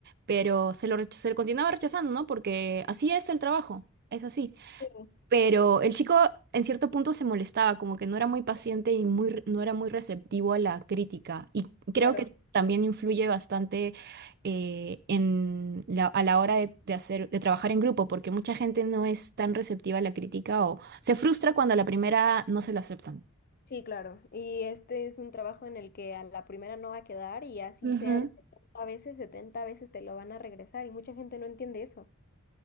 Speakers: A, on the right (about 50°); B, on the left (about 45°).
A: pero se lo, rech- se lo continuaba rechazando, ¿no? Porque así es el trabajo, es así.
B: sí,
A: Pero el chico en cierto punto se molestaba, como que no era muy paciente y muy, re- no era muy receptivo a la crítica. Y creo
B: claro.
A: que también influye bastante eh, en la- a la hora de, de hacer, de trabajar en grupo, porque mucha gente no es tan receptiva a la crítica o se frustra cuando a la primera no se lo aceptan.
B: Sí, claro. Y este es un trabajo en el que a la primera no va a quedar y así
A: Ujú.
B: sean 70 veces, 70 veces te lo van a regresar y mucha gente no entiende eso.